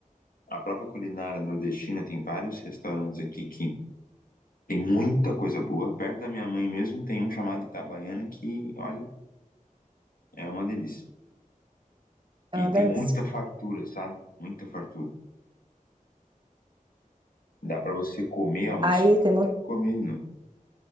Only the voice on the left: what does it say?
a própria culinária nordestina. Tem vários restaurantes aqui que Tem muita coisa boa. Perto da minha mãe mesmo tem um chamado Itabaiana que, olha, é uma delícia. E
tem
muita fartura, sabe? Muita fartura. Dá pra você comer, almoçar,
e comer de novo.